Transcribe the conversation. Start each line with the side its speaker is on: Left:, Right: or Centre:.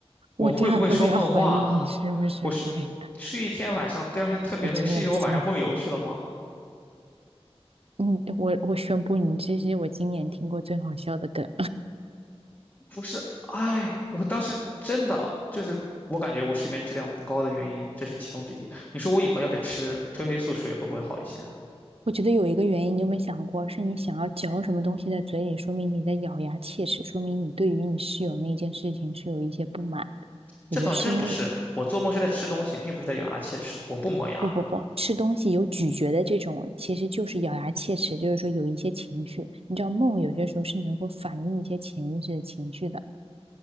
Left: 我会不会说梦话？
Right: 我这样都会要怀疑你是不是怀疑，
Left: 我睡睡一天晚上，第二天特别累，
Right: 我真的要笑死。
Left: 是因为我晚上梦游去了吗？
Right: 嗯，我我宣布，你这是我今年听过最好笑的梗。
Left: 不是，哎，我当时真的就是我感觉我睡眠质量不高的原因，这是其中之一。你说我以后要是吃褪黑素水会不会好一些？
Right: 我觉得有一个原因，你有没有想过，是你想要嚼什么东西在嘴里，说明你在咬牙切齿，说明你对于你室友那件事情是有一些不满的。我觉得是因为
Left: 这倒真不是，我做梦是在吃东西，并不是在咬牙切齿。我不磨牙，
Right: 不不不，吃东西有咀嚼的这种，其实就是咬牙切齿，就是说有一些情绪。你知道梦有些时候是能够反映一些潜意识的情绪的，